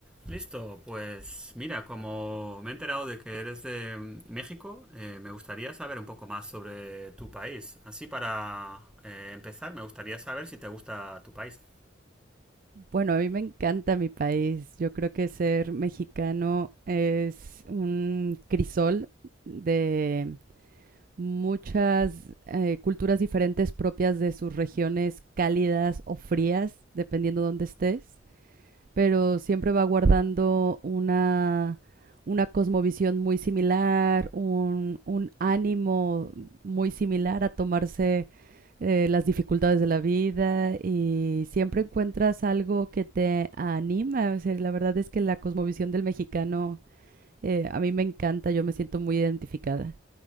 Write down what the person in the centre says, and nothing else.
Listo, pues mira, como me he enterado de que eres de mm, México, eh, me gustaría saber un poco más sobre tu país. Así para eh, empezar, me gustaría saber si te gusta tu país.